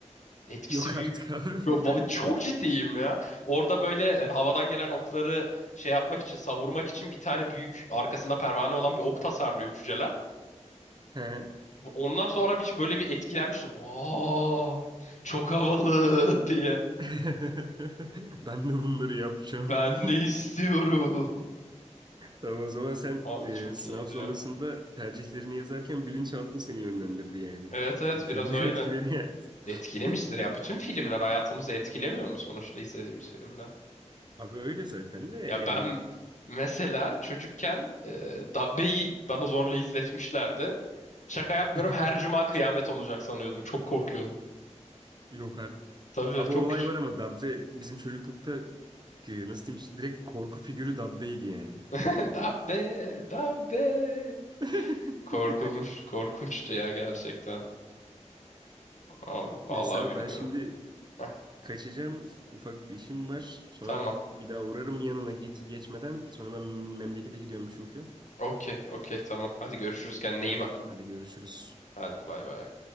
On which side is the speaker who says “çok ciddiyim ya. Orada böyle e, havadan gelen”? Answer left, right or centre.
Left